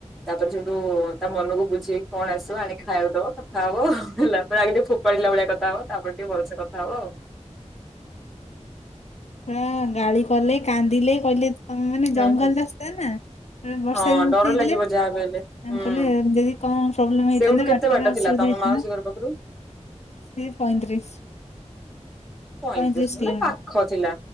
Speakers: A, in the centre; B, on the left.
A: ତାପରେ ସେଠୁ ତା ମନକୁ ବୁଝେଇକି କଣ ଆସିବ ଆଣିକି ଖାଇବାକୁ ଦବ କଥା ହବ ହ ହେଲା ତ ଆଗେ ଫୋପାଡ଼ିଲା ଭଳିଆ କଥା ହବ ତାପରେ ଟିକେ ଭଲସେ କଥା ହବ।
B: ପୁରା ଗାଳି କଲେ କାନ୍ଦିଲେ କହିଲେ ତମେ ମାନେ
A: ହୁଁ
B: ଜଙ୍ଗଲ୍‌
A: ହୁଁ।
B: ରାସ୍ତା ନା ଆଁ ବର୍ଷା
A: ହଁ
B: ଵି
A: ଡର
B: ଉଠେଦେଲେ
A: ଲାଗିବ
B: କଅଁ
A: ଯାହାବି ହେଲେ ହୁଁ।
B: କଲେ ଜଦି କଣ ପ୍ରୋବ୍ଲେମ
A: ସେଇଠୁ
B: ହେଇଥାନ୍ତା
A: କେତେ
B: ବାଟରେ
A: ବାଟ
B: ଅସୁବିଧା
A: ଥିଲା ତମ
B: ହେଇଥାନ୍ତା
A: ମାଉସୀ ଘର ପାଖରୁ
B: ସେ ପଇଁତିରିଶ୍
A: ପଇଁତିରିଶ
B: ପଇଁତିରିଶ୍ କିଲୋମିଟର
A: ପାଖ ଥିଲା।